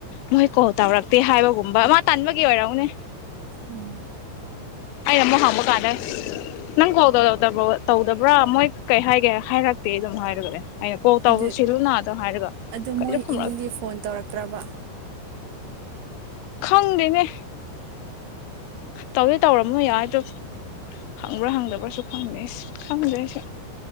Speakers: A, on the left; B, on the right.
A: ꯃꯣꯏ ꯀꯣꯜ ꯇꯧꯔꯛꯇꯦ ꯍꯥꯏꯕꯒꯨꯝꯕ ꯃꯥ ꯇꯟꯕꯒꯤ ꯑꯣꯏꯔꯎꯅꯦ
B: ꯎꯝ
A: ꯑꯩꯅ ꯑꯃꯨꯛ ꯍꯥꯡꯕ ꯀꯥꯟꯗꯩ ꯅꯪ ꯀꯥꯎꯗ ꯇꯧꯗꯕ꯭ꯔꯥ ꯃꯣꯏ ꯀꯩ ꯍꯥꯏꯒꯦ ꯍꯥꯏꯔꯛꯇꯦ ꯑꯗꯨꯝ ꯍꯥꯏꯔꯒꯅꯦ ꯑꯩꯅ ꯀꯣꯜ ꯇꯧꯔꯨ
B: ꯑꯗꯨ
A: ꯁꯤꯂꯨ ꯅꯥꯗ ꯍꯥꯏꯔꯒ
B: ꯑꯗꯨ ꯃꯣꯏ
A: ꯀꯁꯨ ꯈꯨꯝꯂꯒꯦ
B: ꯏꯃꯨꯡꯗꯤ ꯐꯣꯟ ꯇꯧꯔꯛꯇ꯭ꯔꯕ
A: ꯈꯪꯗꯦꯅꯦ ꯇꯧꯗꯦ ꯇꯧꯔꯝꯃꯣꯏ ꯌꯥꯏꯗꯣ ꯍꯪꯕ꯭ꯔꯥ ꯍꯪꯗꯕ꯭ꯔꯥꯁꯨ ꯈꯪꯗꯦ ꯈꯪꯗꯣꯏꯁꯨ